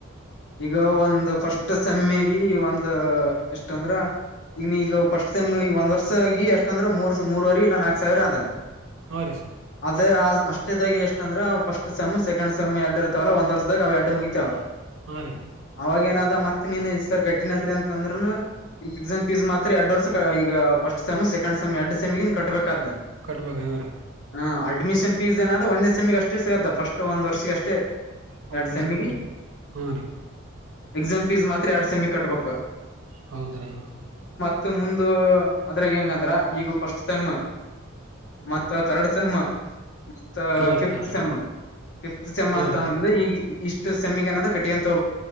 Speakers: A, on the left; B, on the right.
A: ಈಗ ಒಂದು ಫಸ್ಟ್ ಸಮ್ಮಿ ಈ ಒಂದ ಎಷ್ಟ ಅಂದ್ರ ಈಗ ನೀಗ ಫಸ್ಟ್ ಟೈಮ್ ಈ ಒಂದ್ ವರ್ಷಗ ಎಷ್ಟ ಅಂದ್ರ ಮೂರ್ ಮೂರವರೆ ಇಲ್ಲಾ ನಾಕಕ್ ಸಾವಿರ ಅದ
B: ಹ್ಞೂ ರೀ ಸರ್
A: ಅದೇ ಆ ಷ್ಟಾಗ ಎಷ್ಟ ಅಂದ್ರೆ ಸ್ಟ್ ಸೆ್ ಸೆಕಂಡ್ ಸೆ್ ಎಡ್ ಇರ್ತವಲ್ಲ ಒಂದ ವರ್ದಾಗ ಅವವು ಎಡ್ ಮುಗಿತವಾವ
B: ಹಾ ರೀ
A: ಅವಾಗೇಏನದ ಮತ್ತತ್ ನೀನ್ ಇರ್ ಕಟ್ಟಿನಲ್ರರಿ ಅಂತಂದ್ನು ಈ ಎಕ್ಸಾಮ್ಫೀಸ್ ಮಾತ್ರ ಎರಡ್ ಈಗಫಸ್ಟ್ ಸೆಮ್ ಸೆಕಂಡ್ ಸೆಮ್ ಎರಡ್ ಸೆಿನ್ ಕಟ್ಬೇಕು
B: ಕಟ್ಬೇಕ್ರಿ ಹ್ಞೂ ರೀ
A: ಹ ಅಡ್ಮಿಷನ್ ಫೀಸ್ ಏನಾದ್ ಒಂದೇ ಸೆಮಿಗೆ ಅಷ್ಟ ಸಿಗತ್ತ ಫಸ್ಟ್ ಒಂದು ವರ್ಷಿ ಅಷ್ಟೇ
B: ಹ
A: ಎರಡ್
B: ಒಂದು
A: ಸೆಮಿಗೆ
B: ದಸಷ್ಟ ಹಾ ರೀ
A: ಎಕ್ಸಾಮ್ ಫೀಸ್ ಮಾತ್ರ ಎರಡ್ ಸೆಮಿ ಕಟ್ಬೇಕ
B: ಹೌದ್ರನು
A: ಮತ್ತು ಮುಂದು ಅದ್ರ ಹೆಂಗಂದ್ರ ಈಗ ಫಸ್ಟ್ ಟೈಮ್ ಮತ್ತ ಥರ್ಡ್ ಸೇಮ್ ಮತ್ತ
B: ಹಾ ರೀ
A: ಫಿಫತ್
B: ತರ್ಸಮ್
A: ಸೆಮ್
B: ರೀ
A: ಫಿಫತ್ ಸೆಮ್
B: ಹಾ
A: ಅಂತ
B: ರೀ ಹಾ
A: ಅಂದ್ರೆ
B: ರೀ
A: ಈಗ ಇಷ್ಟು ಸೆಮಿಗ ಅದ ಕಟ್ಟಿಯಂತೋ